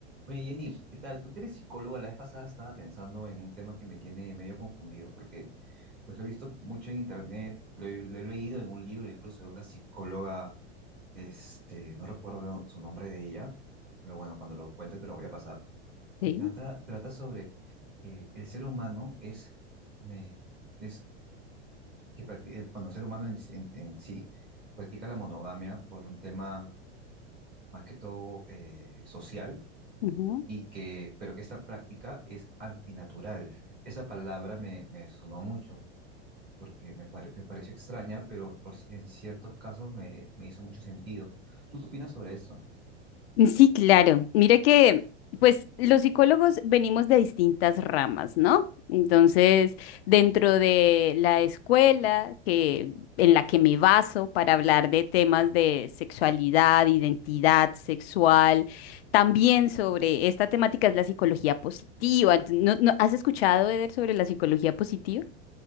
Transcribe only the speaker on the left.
Sí,
ujú.
Sí, claro. Mira que, pues, los psicólogos venimos de distintas ramas, ¿no? Entonces, dentro de la escuela que, en la que me baso para hablar de temas de sexualidad, identidad sexual, también sobre esta temática es la psicología positiva. Ent- ¿No, no- has escuchado, Eder, sobre la psicología positiva?